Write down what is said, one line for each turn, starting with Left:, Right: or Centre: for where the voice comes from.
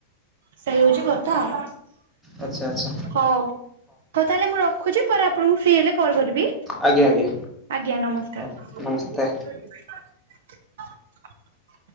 Right: ସେଇ ହଉଛି କଥା। ହଉ
Centre: ଆଚ୍ଛା ଆଚ୍ଛା
Right: ହଉ ତାହେଲେ ମୁଁ ରଖୁଛି ପରେ ଆପଣଙ୍କୁ ଫ୍ରି ହେଲେ କଣ କରିବି
Centre: ଆଜ୍ଞା ଆଜ୍ଞା
Right: ଆଜ୍ଞା ନମସ୍କାର।
Centre: ହଉ ନମସ୍କାର।
Right: <inaudible>